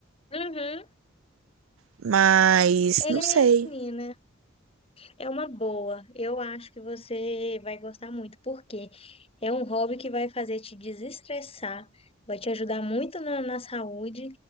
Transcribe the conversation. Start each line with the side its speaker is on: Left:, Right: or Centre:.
Left: Uhum.
Right: mas
Left: É,
Right: não sei,
Left: menina. É uma boa. Eu acho que você vai gostar muito, porque é um hobby que vai fazer te desestressar, vai te ajudar muito na, na saúde